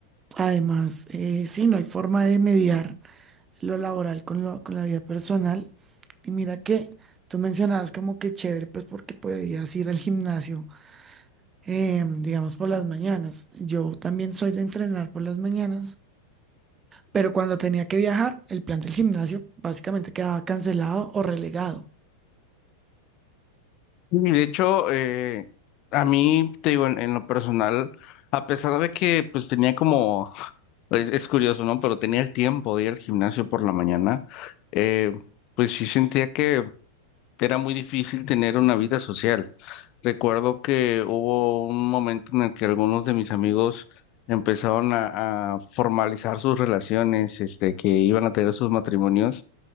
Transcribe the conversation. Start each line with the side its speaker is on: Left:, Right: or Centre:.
Right: Además, eh, sí, no hay forma de mediar lo laboral con, lo, con la vida personal. Y mira que tú mencionabas como que chévere, pues porque podías ir al gimnasio, eh, digamos, por las mañanas. Yo también soy de entrenar por las mañanas, pero cuando tenía que viajar, el plan del gimnasio básicamente quedaba cancelado o relegado.
Left: sí de hecho, eh, a mí, te digo, en, en lo personal, a pesar de que pues tenía como, <laughs> es, es curioso, ¿no? Pero tenía el tiempo de ir al gimnasio por la mañana, eh, pues sí sentía que Era muy difícil tener una vida social. Recuerdo que hubo un momento en el que algunos de mis amigos empezaron a, a formalizar sus relaciones, este, que iban a tener sus matrimonios